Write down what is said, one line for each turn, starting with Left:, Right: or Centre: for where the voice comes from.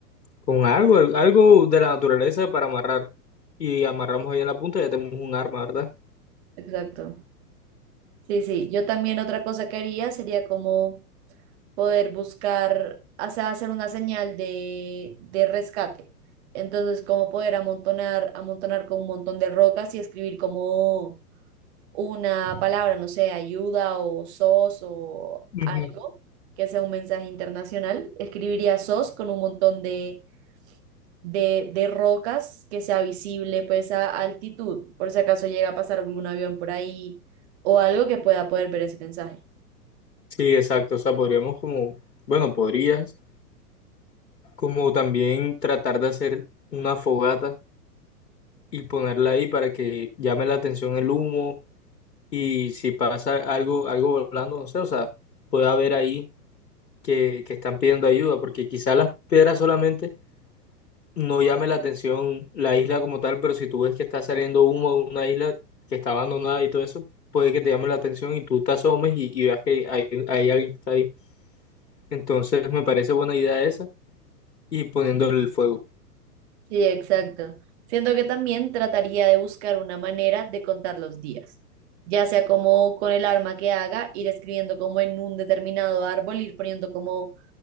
Left: con algo, al- algo de la naturaleza para amarrar. Y amarramos ahí en la punta y ya tenemos un arma, ¿verdad?
Right: Exacto. Sí, sí. Yo también otra cosa que haría sería como poder buscar, o sea, hacer una señal de, de rescate. Entonces, como poder amontonar, amontonar con un montón de rocas y escribir como una palabra, no sé, ayuda o SOS o
Left: Ujú.
Right: algo que sea un mensaje internacional, escribiría SOS con un montón de, de, de rocas que sea visible pues a altitud, por si acaso llega a pasar algún avión por ahí o algo que pueda poder ver ese mensaje.
Left: Sí, exacto. O sea, podríamos como, bueno, podrías como también tratar de hacer una fogata y ponerla ahí para que llame la atención el humo y si pasa algo, algo volando, no sé, o sea, puede haber ahí que, que están pidiendo ayuda, porque quizás las piedras solamente no llame la atención la isla como tal, pero si tú ves que está saliendo humo de una isla que está abandonada y todo eso, puede que te llame la atención y tú te asomes y, y veas que hay, hay alguien que está ahí. Entonces me parece buena idea esa y poniendo el fuego.
Right: Sí, exacto. Siento que también trataría de buscar una manera de contar los días, ya sea como con el arma que haga, ir escribiendo como en un determinado árbol, ir poniendo como